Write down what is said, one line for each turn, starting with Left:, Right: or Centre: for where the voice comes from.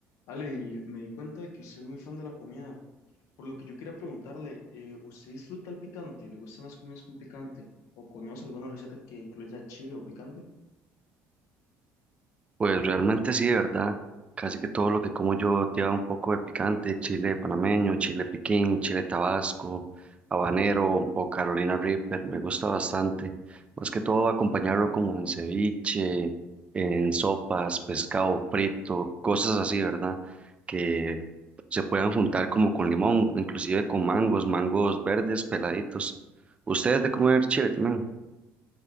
Left: Ale, y me di cuenta de que usted es muy fan de la comida, por lo que yo quería preguntarle, eh, ¿usted disfruta el picante? ¿Le gustan las comidas con picante? ¿O conoce alguna receta que incluya chile o picante?
Right: Pues realmente sí, ¿verdad? Casi que todo lo que como yo lleva un poco de picante, chile panameño, chile piquín, chile tabasco, habanero o Carolina Reaper, me gusta bastante. Más que todo acompañarlo como en ceviche, en sopas, pescado frito, cosas así, ¿verdad? Que se puedan juntar como con limón, inclusive con mangos, mangos verdes peladitos. ¿Ustedes de comer chile también?